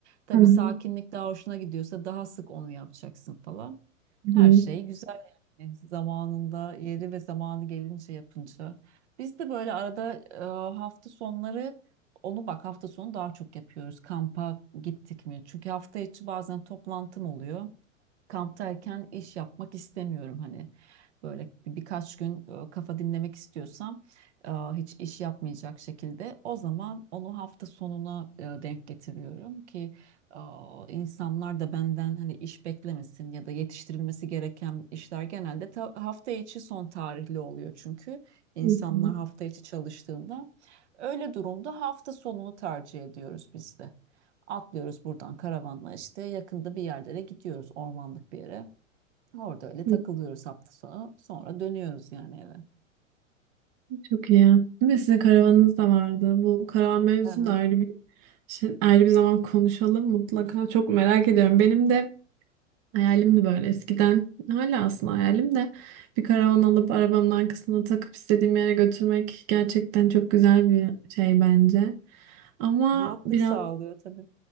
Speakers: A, on the right; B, on the right.
A: Tabii
B: Hı hı,
A: sakinlik daha hoşuna gidiyorsa daha sık onu yapacaksın falan.
B: hı
A: Her
B: hı,
A: şey güzel yani zamanında yeri ve zamanı gelince yapınca. Biz de böyle arada e, hafta sonları onu bak hafta sonu daha çok yapıyoruz. Kampa gittik mi? Çünkü hafta içi bazen toplantım oluyor. Kamptayken iş yapmak istemiyorum hani böyle birkaç gün e, kafa dinlemek istiyorsam e, hiç iş yapmayacak şekilde o zaman onu hafta sonuna e, denk getiriyorum ki e, insanlar da benden hani iş beklemesin ya da yetiştirilmesi gereken işler genelde ta- hafta içi son tarihli oluyor çünkü insanlar
B: hı hı,
A: hafta içi çalıştığında öyle durumda hafta sonunu tercih ediyoruz biz de. Atlıyoruz buradan karavanla işte yakında bir yerlere gidiyoruz ormanlık bir yere. Orada öyle takılıyoruz
B: hı.
A: hafta sonu. Sonra dönüyoruz yani eve.
B: Çok iyi. Değil mi? Sizin karavanınız da vardı. Bu karavan mevzusunu
A: Evet.
B: da ayrı bir şey, ayrı bir zaman konuşalım mutlaka. Çok merak ediyorum. Benim de Hayalimdi böyle eskiden. Hala aslında hayalim de bir karavan alıp arabamın arkasına takıp istediğim yere götürmek gerçekten çok güzel bir şey bence. Ama
A: Rahatlık
B: biraz
A: sağlıyor tabii.